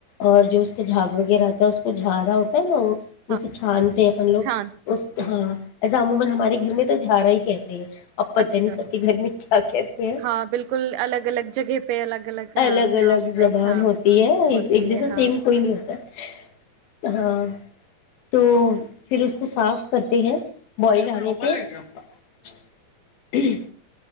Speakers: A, on the left (about 70°); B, on the right (about 85°).
A: اور جو اس کا جھاگ وغیرہ آتا ہے اس کو جھاڑ ہوتا ہے نا وہ جیسے
B: ہاں
A: چانتے ہیں اپن لوگ
B: چھان
A: اس
B: کے
A: ہاں عموما ہمارے گھر میں تو جا رہا ہی کہتے ہیں اب پتہ
B: اچھا
A: نہیں سب کے گھر میں کیا کہتے ہیں
B: ہاں بالکل الگ الگ جگہ پہ الگ الگ ہاں
A: الگ
B: نام
A: الگ زبان
B: سے ہاں
A: ہوتی ہے
B: ہوتی
A: ایک جیسا
B: ہے ہاں
A: سیم کوئی نہیں ہوتا ہاں تو پھر اس کو صاف کرتے ہیں بوائل آنےہ <unintelligible> <unintelligible>